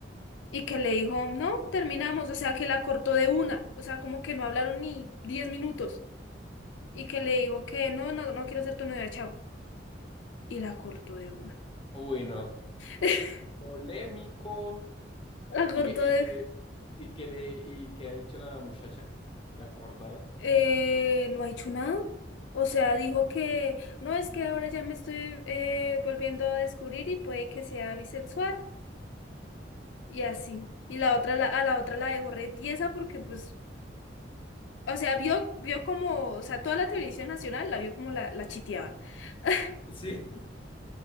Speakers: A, on the left; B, on the left.
A: Y que le dijo, no, terminamos, o sea, que la cortó de una, o sea, como que no hablaron ni 10 minutos. Y que le dijo que no, no, no quiero ser tu novia, chao. Y la cortó de una.
B: bueno
A: <laughs>
B: Polémico.
A: La cortó
B: Y que, y
A: de...
B: que, y que le, y que ha dicho la muchacha, la cortada.
A: eh, no ha hecho nada. O sea, dijo que no, es que ahora ya me estoy eh, volviendo a descubrir y puede que sea bisexual. Y así. Y la otra, la, a la otra la dejó re tiesa porque pues, o sea, vio, vio como, o sea, toda la televisión nacional la vio como la, la chiteaban. <laughs>
B: Sí. <laughs>